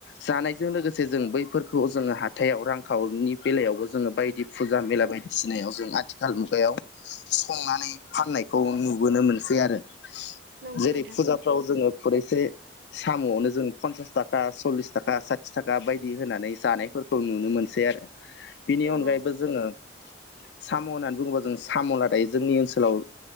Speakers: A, on the left; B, on the right.
A: जानायजों लोगोसे जों बैफोरखौ जोङो हा हाथायाइाव रांखावरिनि बेलायावबो जोङो बायदि फुजा मेला बायदिसिनायाव जों आथिखाल मुगायाव संनानै फाननायखौ नुबोनो मोनसै आरो।
B: नंगौ
A: जेरै
B: नोंथां
A: फुजाफ्राव जोङो खुरैसे साम'नो जों फनसास था थाखा सललिस थाखा साथिस थाखा बायदि होनानै जानायफोरखौ नुनो मोनसै आरो। बिनि
B: नंगौ
A: अनगायैबो जोङो साम' होननानै बुङोबा जों साम'ला दायो जोंनि ओनसोलाव